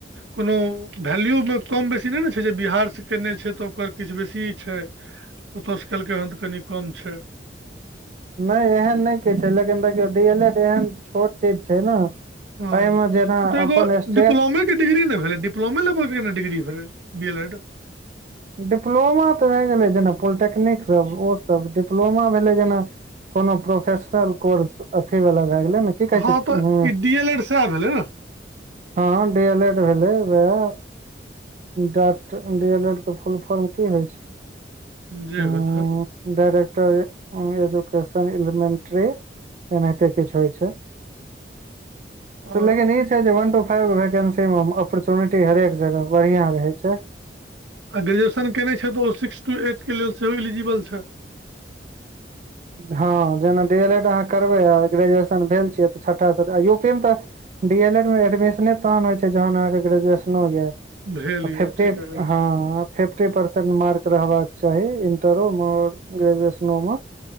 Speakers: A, on the right; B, on the right.
A: कोनो वैल्यूमे कम बेसी नहि ने छै जे बिहारसँ कयने छै तऽ ओकर किछु बेसी छै ओतसँ केलकै हन तऽ कनि कम छै
B: नहि एहन नहि क छै लेकिन देखियौ डी एल एड एहन छोट चीज छै ने
A: हँ
B: एहिमे जेना
A: ई तऽ
B: अपन
A: एगो
B: स्टे
A: डिप्लोमे डिग्री ले भेलैय डिपलोमा लेवल के डिग्री भेलै बी एल एड
B: डिप्लोमा तऽ भए गेलै जेना पोलिटेक्निकसभ ओसभ डिप्लोमा भेलै जेना कोनो प्रोफेशनल कोर्स अथीवला भए गेलै ने की कहै
A: हँ
B: छै
A: तऽ
B: ह्म
A: ई डी एल एड सएह भेलै ने
B: हँ डी एल एड भेलै वएह डाक्ट डी एल एल के फुल फॉर्म की होइ छै
A: जे
B: उम्म
A: होतहोई
B: डायरेक्टर एजुकेशन एलिमेन्ट्री एनाहिते किछु होइ छै
A: <inaudible> आ
B: तऽ लेकिन ई छै जे वन टू फाइव वैकेंसी मे अपोर्चुनिटी हरेक जगह बढ़ियां रहै छै
A: आ ग्रेजुएशन केने छै तऽ ओ सिक्स टू एटके लेल सेहो एलिजिबल छै
B: हँ जेना डी एल एड अहाँ करबै आ ग्रेजुएशन भेल छियै तऽ छठास यू पी मे तऽ डी एल एड मे एडमिशने तहन होइ छै जहन अहाँके ग्रेजुएशनो या
A: भेल
B: फिफ्टी
A: यऽ ठीके
B: हँ फिफ्टी परसेन्ट मार्क रहबाक चाही इन्टरोमे आओर ग्रेजुएशनोमे